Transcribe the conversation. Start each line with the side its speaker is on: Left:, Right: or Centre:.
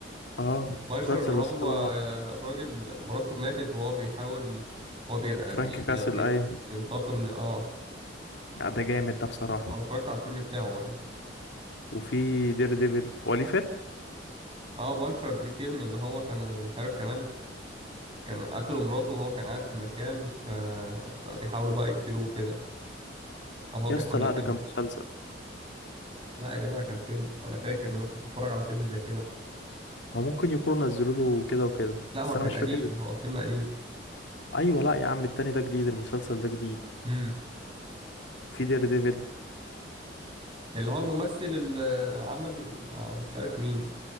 Left: اه
Right: بانشر
Left: مسلسل
Right: اللي هو
Left: بس تبع
Right: آه،
Left: مارفل
Right: الراجل مراته ماتت وهو بيحاول هو بير...
Left: فرانك
Right: بي...
Left: كاسل
Right: بي... بي...
Left: ايوه
Right: بينتقم ل... آه
Left: لا ده جامد ده بصراحة
Right: أنا اتفرجت على الفيلم بتاعه يعني
Left: وفي دير ديفل هو ليه فيلم
Right: آه بانشر ليه فيلم اللي هو كانوا مش عارف كمان كان قتلوا مراته وهو كان قاعد في مكان ف... فبيحاولوا بقى يقتلوه كده أو هو بيحاول
Left: يا اسطى لا
Right: يقتلهم
Left: ده كان مسلسل
Right: لا يا جدع كان فيلم أنا فاكر إن أنا كنت بتفرج على فيلم زي كده
Left: هو ممكن يكونوا نزلوا له كده وكده
Right: لا هو
Left: بس
Right: كان
Left: انا مش
Right: قديم
Left: فاكر
Right: هو فيلم قديم
Left: ايوه لا يا عم التاني ده جديد المسلسل ده جديد
Right: امم
Left: في دير ديفل
Right: اللي هو الممثل اللي عمل مع مش عارف مين